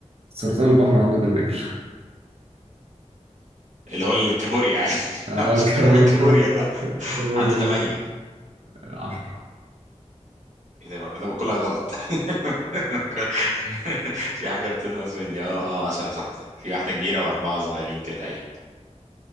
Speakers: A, on the right; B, on the right.
A: سرطان البحر عنده كام رجل؟
B: اللي هو الكابوريا يعني <laughs>
A: <laughs> اه
B: مش
A: الكابو
B: فاكرها بالكابوريا
A: كابو
B: بقى
A: ك- كابوريا
B: عنده ثمانية
A: ايوه 10
B: ايه ده بقى؟ انا بقولها غلط <laughs> في في حاجة بتنقص مني اه اه 10 صح صح في واحدة كبيرة واربعة صغيرين كده ايه